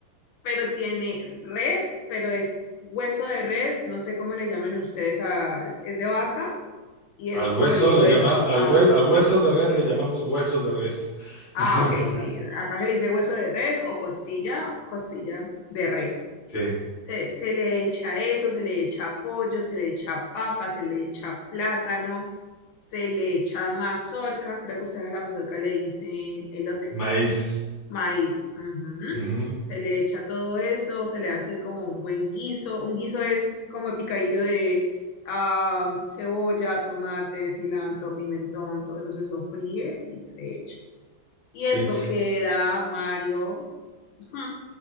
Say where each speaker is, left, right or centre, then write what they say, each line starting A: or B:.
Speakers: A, on the left (about 75°); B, on the left (about 35°).
A: pero tiene res, pero es hueso de res, no sé cómo le llamen ustedes a, es, es de vaca y es
B: Al hueso
A: como el hueso,
B: le llama, al
A: ajá,
B: hue- al hueso de res
A: como
B: le
A: costilla.
B: llamamos hueso de res.
A: Ah,
B: <laughs>
A: ok, sí. Acá se le dice hueso de res o costilla, costilla de res.
B: Sí.
A: Se, se le echa eso, se le echa pollo, se le echa papa, se le echa plátano, se le echa mazorca, creo que ustedes a la mazorca le dicen elote,
B: Maíz.
A: maíz. ujú.
B: Ujú.
A: Se le echa todo eso, se le hace como un buen guiso. Un guiso es como el picadillo de ah, cebolla, tomate, cilantro, pimentón, todo eso se sofríe y se echa. Y
B: Sí.
A: eso queda, Mario, <laughs> ujú,